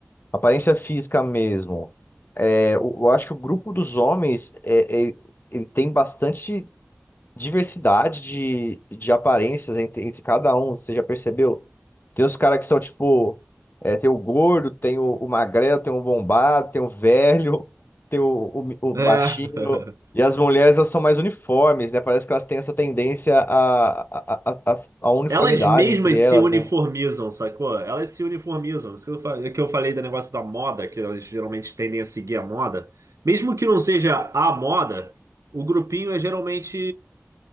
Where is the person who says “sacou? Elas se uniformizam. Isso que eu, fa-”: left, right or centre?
Right